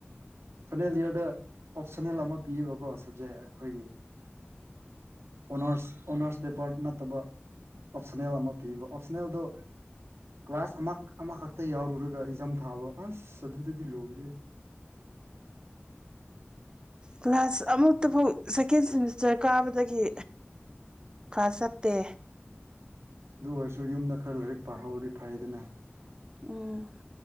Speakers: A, on the right; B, on the right.
A: ꯐꯥꯏꯅꯦꯜ ꯏꯌꯥꯔꯗ ꯑꯣꯞꯁꯟꯅꯜ ꯑꯃ ꯄꯤꯌꯦꯕꯀꯣ ꯁꯕꯖꯦꯛ ꯑꯩꯈꯣꯏꯒꯤ ꯑꯣꯅꯔꯁ ꯑꯣꯅꯔꯁ ꯄꯦꯄꯔ ꯅꯠꯇꯕ ꯑꯣꯞꯁꯅꯦꯜ ꯑꯃ ꯄꯤꯕ ꯑꯣꯞꯁꯅꯦꯜꯗꯣ ꯀ꯭ꯂꯥꯁ ꯑꯃ ꯑꯃꯈꯛꯇ ꯌꯥꯎꯔꯨꯔ ꯗꯨꯒ ꯑꯦꯛꯖꯥꯝ ꯊꯥꯕ ꯑꯁ ꯑꯗꯨꯗꯗꯤ ꯂꯣꯏꯔꯦ
B: ꯀ꯭ꯂꯥꯁ ꯑꯃꯨꯛꯇ ꯐꯥꯎ ꯁꯦꯀꯦꯟ ꯁꯦꯃꯤꯁꯇꯔ ꯀꯥꯕꯗꯒꯤ ꯈꯥ ꯆꯠꯇꯦ
A: ꯗꯨ ꯑꯣꯏꯔꯁꯨ ꯌꯨꯝꯗ ꯈꯔ ꯂꯥꯏꯔꯤꯛ ꯄꯥꯍꯧꯔꯗꯤ ꯐꯩꯗꯅ
B: ꯎꯝ